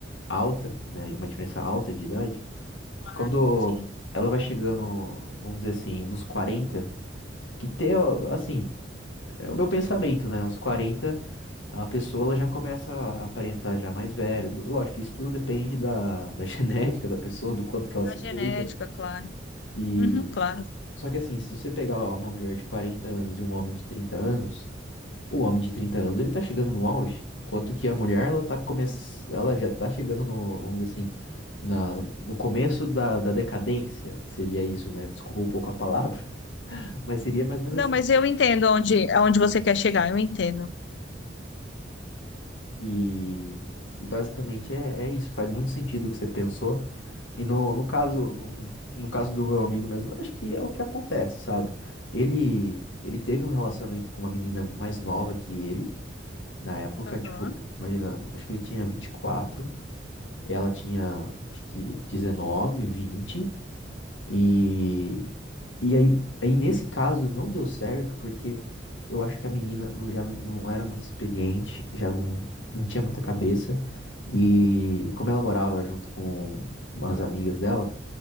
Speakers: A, on the left (about 80°); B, on the left (about 65°).
A: alta, né, uma diferença alta de idade,
B: claro
A: quando
B: Sim,
A: ela vai chegando, vamos dizer assim, nos 40, que ter, ó, assim, é o meu pensamento, né, uns 40 a pessoa ela já começa a aparentar já mais velha. Lógico que isso tudo depende da, da <laughs> genética da pessoa, do quanto que ela
B: a
A: se
B: genética,
A: cuida.
B: claro.
A: E
B: Uhum, claro.
A: só que assim, se você pegar uma mulher de 40 anos e um homem de 30 anos, o homem de 30 anos ele tá chegando no auge, enquanto que a mulher ela tá come... ela já tá chegando no, vamos dizer assim, na, no começo da, da decadência, seria isso, né? Desculpa um pouco a palavra, <laughs> mas seria mais ou menos
B: Não, mas eu entendo onde, aonde você quer chegar, eu entendo.
A: E, e basicamente é, é isso. Faz muito sentido o que você pensou. E no, no caso, no, no caso do meu amigo mesmo, eu acho que é o que acontece, sabe? Ele, ele teve um relacionamento com uma menina mais nova que ele. Na época,
B: Aham,
A: tipo, imagina, acho que ele tinha vinte e quatro ela tinha acho que dezenove vinte E, e aí, aí, nesse caso, não deu certo, porque eu acho que a menina não, já não era muito experiente, já não, não tinha muita cabeça. E como ela morava junto com umas amigas dela,